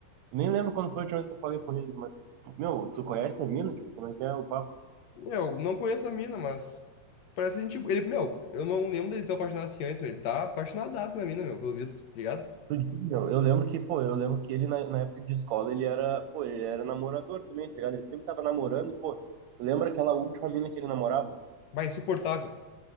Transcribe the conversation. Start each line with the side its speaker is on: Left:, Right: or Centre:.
Right: eu nem lembro quando foi a última vez que eu falei com ele, mas, meu, tu conhece a mina? Tipo, como é que é o papo?
Left: Meu, não conheço a mina, mas parece gente. Ele, meu, eu não lembro dele ter apaixonado assim antes, meu. Ele tá apaixonadaço na mina, meu, pelo visto, tá ligado?
Right: Do Diggle, eu lembro que, pô, eu lembro que ele na, na época de escola, ele era, pô, ele era namorador também, tá ligado? Ele sempre tava namorando e, pô, lembra aquela última mina que ele namorava?
Left: Vai, insuportável.